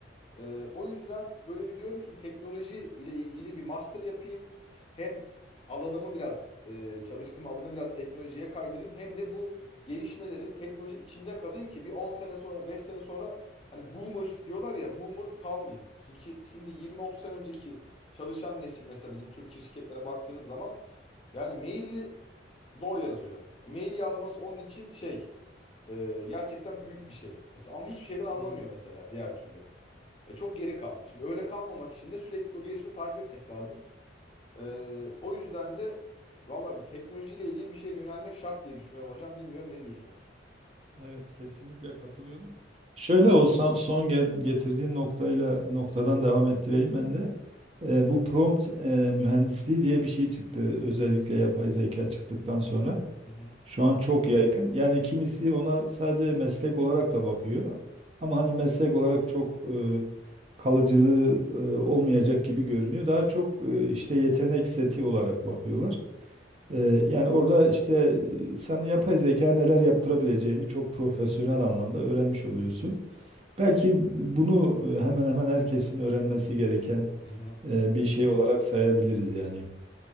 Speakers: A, on the left; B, on the right.
A: Ee, o yüzden böyle bir diyorum ki bir teknoloji ile ilgili bir master yapayım. Hem alanımı biraz e, çalıştığım alanı biraz teknolojiye kaydırayım. Hem de bu gelişmelerin teknoloji içinde kalayım ki bir on sene sonra 5 sene sonra hani boomer diyorlar ya boomer kalmayayım. Çünkü şimdi 20-30 sene önceki çalışan nesil mesela bizim Türkiye şirketlere baktığınız zaman yani maili zor yazıyor. E, Mail yazması onun için şey e, gerçekten büyük bir şey. Mesela ama hiçbir şeyden anlamıyor
B: Evet,
A: mesela diğer türlü. E, çok geri kalmış. Şimdi öyle kalmamak için de sürekli o gelişimi takip etmek lazım. E, o yüzden de valla teknolojiyle ilgili bir şeye yönelmek şart diye düşünüyorum hocam. Bilmiyorum ne diyorsunuz?
B: evet kesinlikle katılıyorum. Şöyle o son, son gel- getirdiğin noktayla noktadan devam ettireyim ben de. E, bu prompt e, mühendisliği diye bir şey çıktı. Özellikle yapay zeka çıktıktan sonra.
A: Hı hı.
B: Şu an çok yaygın. Yani kimisi ona sadece meslek olarak da bakıyor. Ama hani meslek olarak çok e, kalıcılığı e,
A: Çok
B: olmayacak
A: çok.
B: gibi görünüyor. Daha çok e, işte yetenek seti olarak bakıyorlar. Ee, yani orada işte e, sana yapay zeka neler yaptırabileceğini çok profesyonel anlamda öğrenmiş oluyorsun. Belki bunu e, hemen hemen herkesin öğrenmesi gereken
A: Hı hı.
B: e, bir şey olarak sayabiliriz yani.